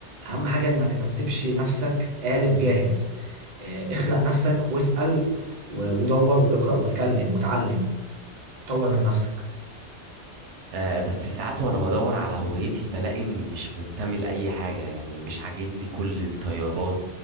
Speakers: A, on the right (about 45°); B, on the right (about 85°).
A: أهم حاجة إنك ما تسيبش نفسك قالب جاهز آه، اخلق نفسك واسأل و- ودور واقرأ واتكلم واتعلم وطور من نفسك
B: آه، بس ساعات وانا بدور على هويتي بلاقي اني مش منتمي لأي حاجة يعني مش عاجبني كل التيارات